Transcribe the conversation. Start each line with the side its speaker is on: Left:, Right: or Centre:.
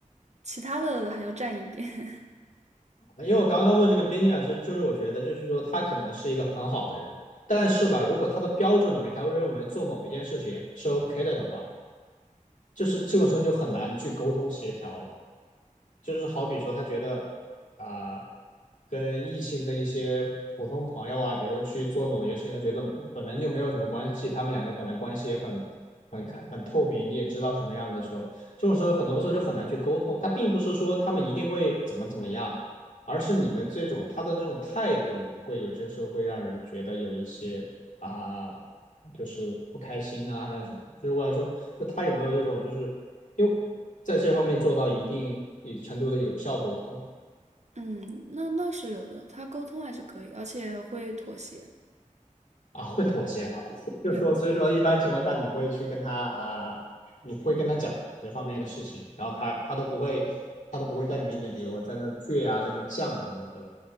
Right: 其他的还要占一点。<laughs>
Left: 因为我刚刚问这个边界感是，就是我觉得就是说他可能是一个很好的人，但是吧，如果他的标准里面他会认为做某一件事情是 OK 的的话。就是这个时候就很难去沟通协调了。就是好比说，他觉得啊、跟异性的一些普通朋友啊，比如说去做某些事情，他觉得本来就没有什么关系，他们两个本来关系也很很开很透明，你也知道什么样的时候，这种时候很多时候就很难去沟通。他并不是说他们一定会怎么怎么样，而是你们这种他的这种态度，会有些时候会让人觉得有一些啊。就是不开心啊，还是什么？就是我想说，就他有没有这种，就是因为在这方面做到一定程度的有效沟通
Right: 嗯，那那是有的，他沟通还是可以，而且会妥协。
Left: 啊，会妥协吗？<laughs> 就说，
Right: 对，
Left: 所以说一般情况下你会去跟他啊，你会跟他讲这方面的事情，然后他他都不会，他都不会在你面前，比如在那儿倔啊，在那儿犟什么的，对吧？